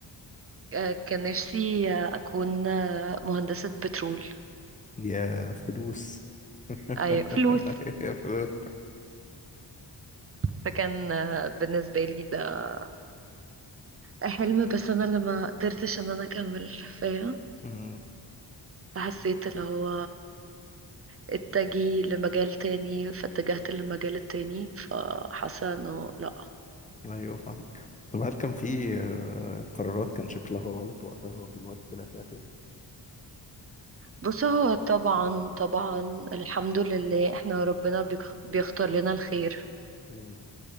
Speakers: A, on the right (about 35°); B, on the left (about 20°).
A: آه كان نفسي آه، أكون آه، مهندسة بترول
B: يا فلوس <laughs>
A: ايوه فلوس
B: يا فلوس
A: فكان آه، بالنسبة لي ده حلم بس انا اللي ما قدرتش ان انا اكمل فاهم
B: مم.
A: حسيت اللي هو اتجهي لمجال تاني فاتجهت للمجال التاني فحاسة انه لا
B: ايوه فاهمك طب هل كان في آه، قرارات كان شكلها غلط وقتها ودلوقتي طلع فيها خير
A: بص هو طبعا طبعا الحمد لله احنا ربنا بيخ- بيختار لنا الخير
B: مم.